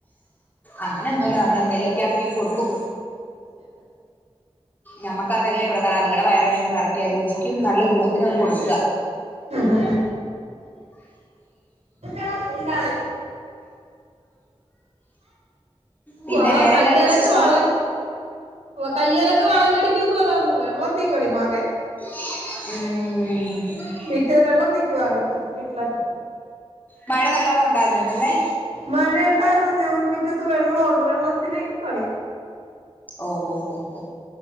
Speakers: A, on the left; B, on the right.
A: അങ്ങനെ ഒന്നുല്ല നമ്മളെന്തേലൊക്കെ ആക്കിയങ്ങ് കൊടുക്കും നമ്മുക്കതല്ലേ പ്രധാനം ഇതിങ്ങടെ വയറെങ്ങനെയാ നറക്കാ രുചിക്കും നല്ല ഗുണത്തിനും അങ്ങ് കൊടുക്ക
B: ആഹ് ആഹ്
A: പിന്നെ
B: വള
A: വേറെന്നാണ്ട്
B: കയ്യെലൊക്കെ
A: വിശേഷങ്ങള്
B: വളൻ കയ്യെലൊക്കെ വളം കടിക്കൂന്ന് പറ വെള്ളത്തീ കളി മകൻ
A: ഉം ഉം
B: <unintelligible> വെള്ളം നിക്കുവാ മുറ്റത്ത് വീട്ടിലൊക്കെ
A: മഴ നല്ലോണം ഉണ്ടായിരുന്നോ നല്ലേ?
B: മഴയുണ്ടായിരുന്നന്നെ അതോണ്ട് മിറ്റത്ത് വെള്ളവുണ്ട് വെള്ളത്തില് കളി
A: ഓഹ ഓഹ് ഓഹ് ഓഹ്